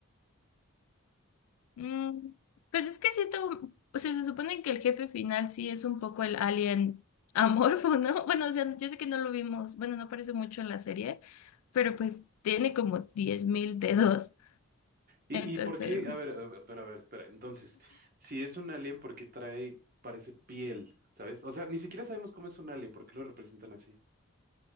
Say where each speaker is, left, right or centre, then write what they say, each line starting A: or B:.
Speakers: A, on the left; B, on the right.
A: Mm, pues es que sí está, un- o sea, se supone que el jefe final sí es un poco el alien amorfo, ¿no? <laughs> Bueno, o sea, yo sé que no lo vimos, bueno, no aparece mucho en la serie, pero pues tiene como 10.000 dedos.
B: ¿Y,
A: Entonces,
B: y por qué?
A: Ujú.
B: A ver, a ver, pero a ver, espera, entonces, si es un alien, ¿por qué trae, parece piel, ¿sabes? O sea, ni siquiera sabemos cómo es un alien, ¿por qué lo representan así?